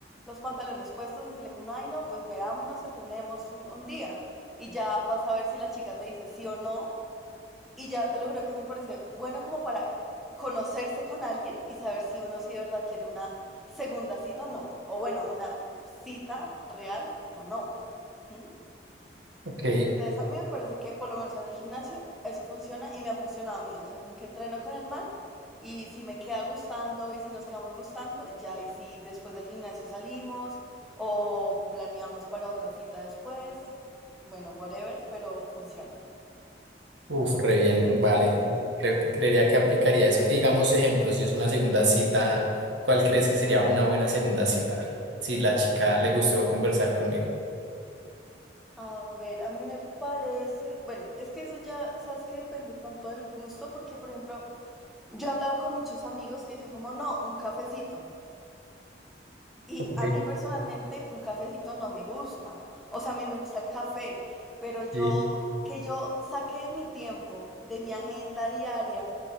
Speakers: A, in the centre; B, on the right.
A: los pantalones puestos, decirle como, ay, no, pues veámonos, entrenemos un, un día y ya vas a ver si la chica te dice sí o no. Y ya te lo juro que me parece bueno como para conocerse con alguien y saber si uno sí de verdad quiere una segunda cita o no. O bueno, una cita real o no. ¿Mm?
B: Ok,
A: Entonces, a mí me parece que por lo menos en el gimnasio eso funciona y me ha funcionado a mí. O sea, como que entreno con el man y si me queda gustando y si nos quedamos gustando, ya y si después del gimnasio salimos o planeamos para otra cita después, bueno, whatever, pero funciona.
B: uf, re bien, vale. Creo que creería que aplicaría eso. Y digamos, ejemplo, si es una segunda cita, ¿cuál crees que sería una buena segunda cita? Si la chica le gustó conversar conmigo.
A: A ver, a mí me parece, bueno, es que eso ya, sabes que depende tanto del gusto, porque por ejemplo, yo he hablado con muchos amigos que dicen como, no, un cafecito. Y
B: Ok.
A: a mí personalmente un cafecito no me gusta. O sea, a mí me gusta el café, pero yo
B: Sí.
A: que yo saqué mi tiempo de mi agenda diaria,